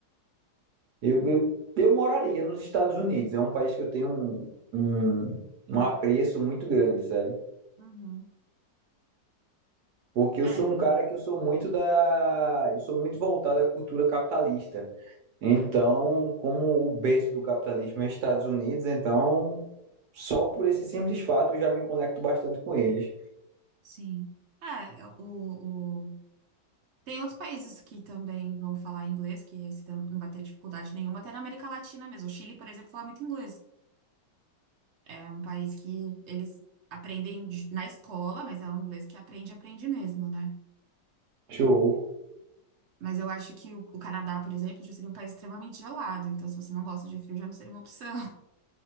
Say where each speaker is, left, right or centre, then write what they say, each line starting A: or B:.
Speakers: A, on the right; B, on the right.
A: Eu, eu, eu moraria nos Estados Unidos. É um país que eu tenho um, um, um apreço muito grande, sabe?
B: Uhum.
A: Porque eu
B: É,
A: sou um cara que eu sou muito da. Eu sou muito voltado à cultura capitalista. Então, como o berço do capitalismo é Estados Unidos, então só por esse simples fato eu já me conecto bastante com eles.
B: sim. É, é, o, o... Tem outros países que também vão falar inglês, que aí você tam- não vai ter dificuldade nenhuma, até na América Latina mesmo. O Chile, por exemplo, fala muito inglês. É um país que eles aprendem de- na escola, mas é um inglês que aprende, aprende mesmo, né?
A: Show.
B: Mas eu acho que o, o Canadá, por exemplo, já seria um país extremamente gelado, então se você não gosta de frio, já não seria uma opção.